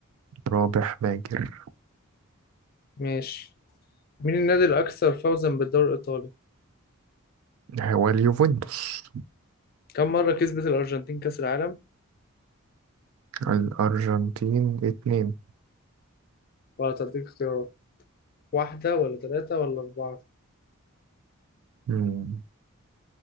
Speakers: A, on the right; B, on the left.
A: رابح ماجر
B: ماشي مين النادي الأكثر فوزا بالدوري الإيطالي؟
A: هو اليوفنتوس
B: كم مرة كسبت الأرجنتين كأس العالم؟
A: الأرجنتين اتنين
B: ولا تديك اختيارات واحدة ولا ثلاثة ولا أربعة؟
A: مم،